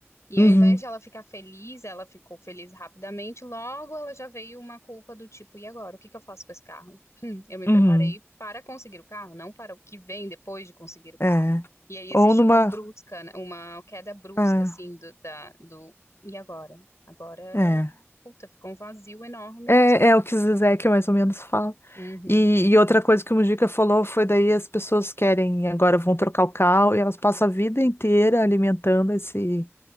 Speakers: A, on the left; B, on the left.
A: E
B: uhum,
A: ao invés de ela ficar feliz, ela ficou feliz rapidamente, logo ela já veio uma culpa do tipo, e agora, o que que eu faço com esse carro? <laughs> Hum, eu me preparei
B: uhum.
A: para conseguir o carro, não para o que vem depois de conseguir o carro.
B: É.
A: E aí
B: Ou
A: existe
B: numa.
A: uma brusca, né, uma queda brusca,
B: É.
A: assim, do, da, do, e agora? Agora,
B: é.
A: puta, ficou um vazio enorme,
B: É,
A: não sei o que
B: é
A: fazer.
B: o que o Zizek mais ou menos fala.
A: Uhum,
B: E, e outra coisa que o Mujica falou foi daí as pessoas querem, agora vão trocar o cal e elas passam a vida inteira alimentando esse,